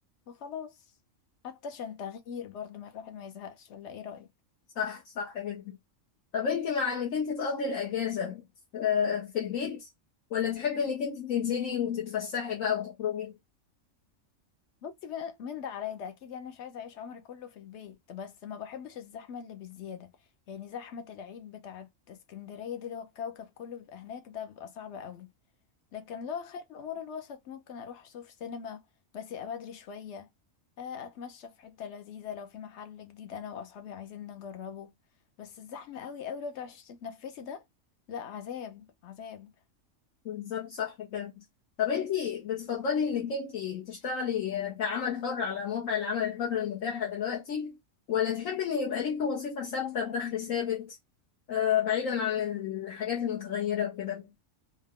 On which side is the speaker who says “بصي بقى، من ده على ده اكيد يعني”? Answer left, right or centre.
Left